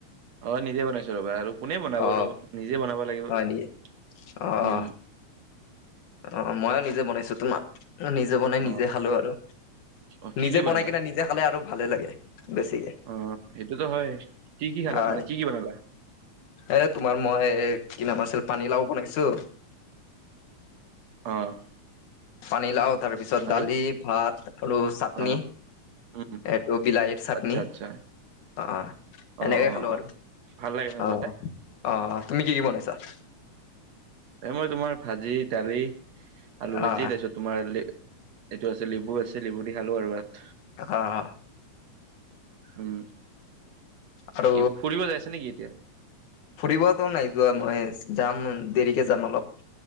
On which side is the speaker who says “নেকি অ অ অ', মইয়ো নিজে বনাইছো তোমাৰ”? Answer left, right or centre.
Left